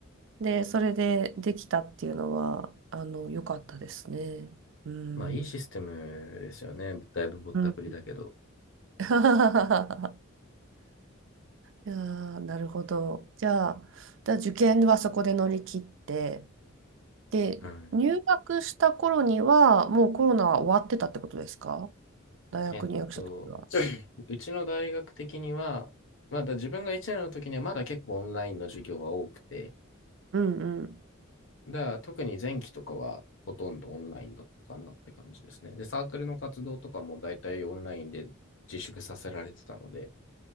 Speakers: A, on the right; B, on the left.
A: うでそれでできたっていうのはあの良かったですねうん
B: まあ、いいシステムですよね。だいぶぼったくりだけど。
A: うん <laughs> いやーなるほど。じゃあ、だ受験はそこで乗り切って、で、
B: うん。
A: 入学した頃には、もうコロナは終わってたってことですか大学入学した時は。
B: えっと、うちの大学的には、まだ自分が1年の時にはまだ結構オンラインの授業が多くて、
A: うんうん。
B: だから特に前期とかはほとんどオンラインだったかなって感じですね。で、サークルの活動とかも大体オンラインで自粛させられてたので、